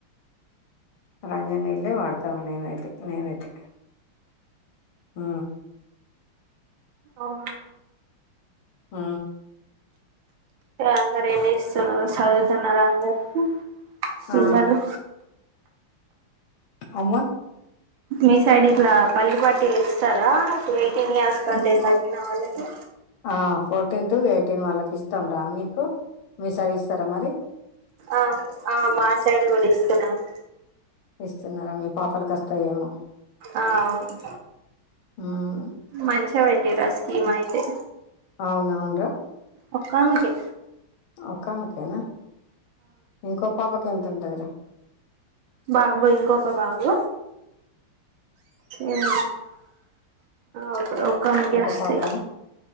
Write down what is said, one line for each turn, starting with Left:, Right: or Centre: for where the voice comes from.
Left: రంజనీళ్లే వాడతాం నేనైతే నేనైతే ఆ
Right: అవునా
Left: ఆ
Right: అందరూ ఏమి చేస్తున్నారు చదువుతున్నారు అందరు పిల్లలు
Left: ఆ అవ్వా
Right: మీ సైడ్ ఇట్లా పల్లి పట్టిలు ఇస్తారా ఎయిటీన్ ఇయర్స్ కంటే తగ్గిన వాళ్ళకి?
Left: ఆ ఫోర్టీన్ టు ఎయిటీన్ వాళ్ళకి ఇస్తాం రా మీకు మీ సైడ్ ఇస్తారా మరి?
Right: ఆ ఆ మా సైడ్ కూడా ఇస్తున్నారు.
Left: ఇస్తున్నారా మీ పాపల కస్తాయేమో
Right: ఆ అవును
Left: ఉమ్
Right: మంచిగా పెట్టిర్ ఆ స్కీమ్ అయితే
Left: అవున అవునురా
Right: ఒక్కమకె
Left: ఒక్కమకెనా? ఇంకో పాపకి ఎంత ఉంటందిరా
Right: బాబు ఇంకొక బాబు ఉమ్ ఓకే ఓకే కొనికే
Left: ఒక
Right: వస్తాయి
Left: పాపనా